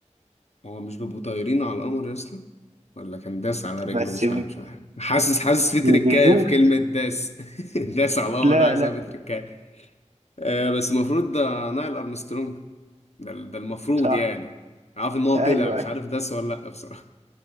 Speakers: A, on the left; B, on the right.
A: هو مش بيبقوا طايرين على القمر يا اسطى ولا كان داس على رجله
B: بس
A: مش عارف مش عارف حاسس حاسس في تركايه
B: يدوس
A: في كلمه داس <laughs> داس على القمر
B: لا
A: ده عايزها
B: لا
A: في تركايه آه، بس المفروض ده نايل ارمسترونج ده ده المفروض
B: صح
A: يعني عارف ان هو
B: ايوه
A: طلع مش
B: أيوة.
A: عارف داس ولا لا بصراحه